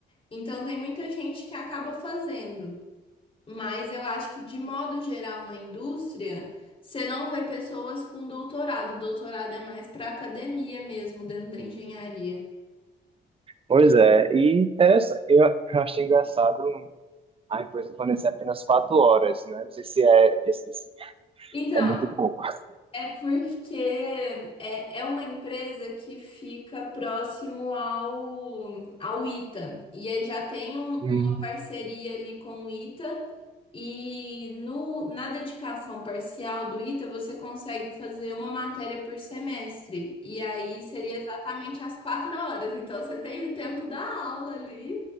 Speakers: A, on the left (about 30°); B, on the right (about 30°).
A: Então tem muita gente que acaba fazendo. Mas eu acho que, de modo geral, na indústria, você não vê pessoas com doutorado. Doutorado é mais para academia mesmo, dentro da engenharia.
B: Pois é, e interessante. Eu, eu achei engraçado a empresa fornecer apenas quatro horas, né? Não sei se é, esse- esse-
A: Então,
B: é muito pouco.
A: é porque é, é uma empresa que fica próximo ao, ao ITA. E aí já tem um-
B: Hum,
A: uma parceria ali com o ITA. E no, na dedicação parcial do ITA, você consegue fazer uma matéria por semestre. E aí seria exatamente as quatro horas. Então você tem o tempo da aula ali,